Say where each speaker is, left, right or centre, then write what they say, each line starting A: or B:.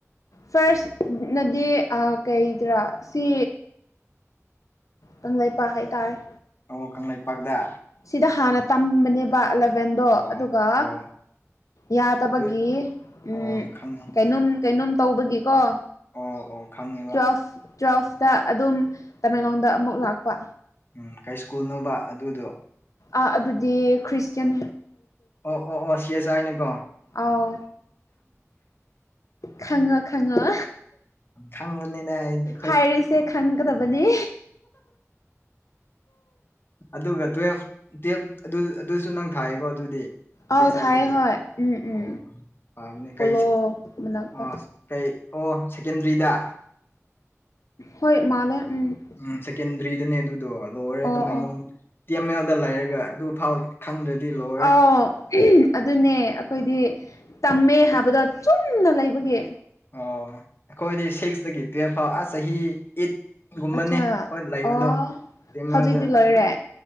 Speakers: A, on the left; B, on the left.
A: ꯐꯥꯔꯁ ꯅꯗꯤ ꯑꯥ ꯀꯩꯗꯔ ꯁꯤ ꯀꯪꯂꯩꯄꯥꯛ ꯍꯥꯏ ꯇꯥꯔꯦ
B: ꯑꯣ ꯀꯪꯂꯩꯄꯥꯛꯇ
A: ꯁꯤꯗ ꯍꯥꯟꯅ ꯇꯝꯕꯅꯦꯕ ꯑꯜꯕꯦꯟꯗꯣ
B: ꯑꯣ
A: ꯑꯗꯨꯒ
B: ꯑꯣ
A: ꯌꯥꯗꯕꯒꯤ
B: ꯇꯨ
A: ꯎꯝ
B: ꯑꯣ ꯈꯪꯉꯦ
A: ꯀꯩꯅꯣꯝ ꯀꯩꯅꯣꯝ ꯇꯧꯕꯒꯤꯀꯣ
B: ꯑꯣ ꯑꯣ ꯈꯪꯉꯦꯕ
A: ꯇꯨꯋꯦꯜꯐ ꯇꯨꯋꯦꯜꯐꯇ ꯑꯗꯨꯝ ꯇꯃꯦꯜꯂꯣꯡꯗ ꯑꯃꯨꯛ ꯂꯥꯛꯄ
B: ꯎꯝ ꯀꯩ ꯁ꯭ꯀꯨꯜꯅꯣꯕ ꯑꯗꯨꯗꯣ
A: ꯑꯥ ꯑꯗꯨꯗꯤ ꯈ꯭ꯔꯤꯁꯇꯌꯥꯟ
B: ꯑꯣ ꯑꯣ ꯑꯣ ꯁꯤ <unintelligible> ꯅꯤꯀꯣ
A: ꯑꯥꯎ ꯈꯪꯉꯣ ꯈꯪꯉꯣ
B: ꯈꯪꯕꯅꯤꯅꯦ ꯑꯩꯗꯤ
A: ꯍꯥꯏꯔꯤꯁꯦ ꯈꯪꯒꯗꯕꯅꯦ
B: ꯑꯗꯨꯒ ꯇꯨꯋꯦꯜꯐ ꯇꯨꯋꯦꯜꯐ ꯑꯗꯨ ꯑꯗꯨꯁꯨ ꯅꯪ ꯊꯥꯏꯌꯦꯀꯣ ꯑꯗꯨꯗꯤ ꯆꯦ
A: ꯑꯥꯎ
B: ꯆꯥꯏꯗꯒꯤ
A: ꯊꯥꯏ ꯍꯣꯏ ꯎꯝ ꯎꯝ
B: ꯑꯣ ꯐꯕꯅꯦ
A: ꯄꯣꯂꯣ
B: ꯀꯩ
A: ꯃꯅꯥꯛꯇ
B: ꯑ ꯀꯩ ꯑꯣ ꯁꯦꯀꯦꯟꯗ꯭ꯔꯤꯗ
A: ꯍꯣꯏ ꯃꯥꯜꯂꯦ ꯎꯝ
B: ꯎꯝ ꯁꯦꯀꯦꯟꯗ꯭ꯔꯤꯗꯅꯦ ꯑꯗꯨꯗꯣ ꯂꯣꯏꯔꯦ
A: ꯑꯣ
B: ꯇꯃꯦꯡꯂꯣꯡ
A: ꯑꯣ
B: ꯇꯤ ꯑꯦꯝ ꯑꯦꯜꯗ ꯂꯩꯔꯒ ꯑꯗꯨ ꯐꯥꯎ ꯈꯪꯗ꯭ꯔꯗꯤ ꯂꯣꯢ
A: ꯑꯥꯎ ꯑꯗꯨꯅꯦ ꯑꯩꯈꯣꯏꯗꯤ ꯇꯝꯃꯦ ꯍꯥꯏꯕꯗꯣ ꯆꯨꯝꯅ ꯂꯩꯕꯒꯤ
B: ꯑꯣ ꯑꯩꯈꯣꯏꯗꯤ ꯁꯤꯛꯁꯇꯒꯤ ꯇꯨꯋꯦꯜꯐ ꯐꯥꯎ ꯑꯥ ꯆꯍꯤ ꯑꯩꯠ ꯒꯨꯝꯕꯅꯦ
A: ꯑꯠꯆꯥ
B: ꯍꯣꯏ ꯂꯩꯕꯗꯣ
A: ꯑꯣ
B: ꯇꯤ ꯑꯦꯝ
A: ꯍꯧꯖꯤꯛꯇꯤ
B: ꯑꯦꯜꯗ
A: ꯂꯣꯏꯔꯦ